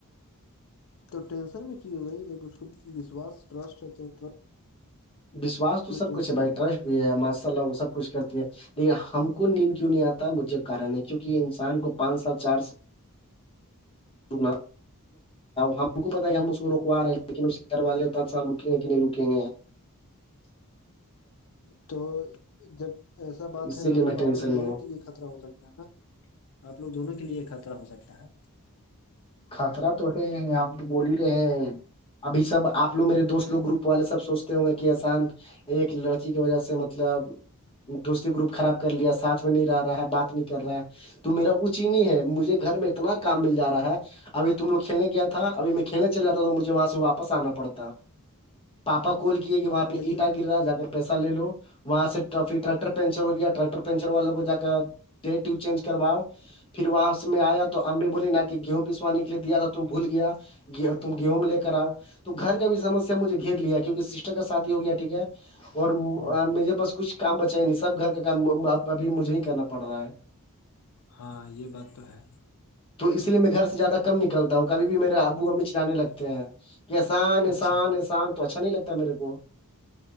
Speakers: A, on the left (about 65°); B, on the left (about 25°).
A: تو ٹینشن میں کی ہو گئی جب اس کو وشوس ٹسٹ ہے تو ک
B: وشواس تو سب
A: مٹریل
B: کچھ
A: سے
B: ہے بھائی ٹرسٹ بھی ہے ماشاء اللہ وہ سب کچھ کرتی ہے نہیں ہم کو نیند کیوں نہیں آتا مجھے کارن ہے کیک یہ انسان کو پانچ سال چار سال رکنا ہم کو پت ہے کہ ہم اس کو رکو رہے ہیں لیکن اس کے گھر والے اد سال رکیں گے کہ نہیں رکیں گے <inaudible>
A: تو جب ایسا بات
B: اسی
A: ہے
B: لیے
A: نا
B: میں
A: تو
B: ٹینشن
A: آپ لوگ
B: میں
A: دونوں
B: ہوں
A: کے لیے خطرہ ہو سکتا ہے نا آپ لوگ دونوں کے لیے خطرہ ہو سکتا ہے
B: خطرہ تو ہے ہم تو بول ہی رہے ہیں ابھی سب آ لگ میرے دوست لوگ گروپ والے سب سوچتے ہوں گے کہ آسان ایک لڑکی کی وجہ سے مطلب دوستی گروپ خراب کر لیا سھ میں نہیں رہا رہا ہے بات نہیں کر رہا ہے تو میرا ا چینی ہے مجھے گھر میں اتنا کام مل جا رہا ہے ابھی تم لوگھیل کیا تھا ابھی میں کھیلنے چل جات تھا تو مجھے وہاں سے واپس آنا پڑتا پاپا کول کی کہ وہاں پہ
A: لیکن
B: اینٹا گر رہا جا کر پیسہ لے لو وہاں سے پھر ٹریکٹر پنچر ہو گیا ٹیکٹر پنچر والوں کو جا کر ڈی و چینج کرواؤ پھر وہاں سے میں آیا تو امی بولی نہ کہ گیہوں پسانے کے لیے گیا تھا تم بھول گیا گ تم گیہوں لے کر آؤ تو گھر کا بھی سمسیا مجھے گھیر لیا کیونکہ سسٹر کا شادی ہو گیا ٹھیک ہے اور
A: ہ
B: میرے پاس کچھ کام بچا نہیں سب گھر کا کام ابھی مجھے ہی کرنا پڑ رہا ہے
A: ہاں یہ بات تو ہے
B: تو اس لیے میں گھر سے زیادہ کم نکلتا ہوں کبھی بھی میرا ابو امی چلانے لگتے ہیں احسان احسان
A: اچھا
B: احسان تو اچھا نہیں لگتا میرے کو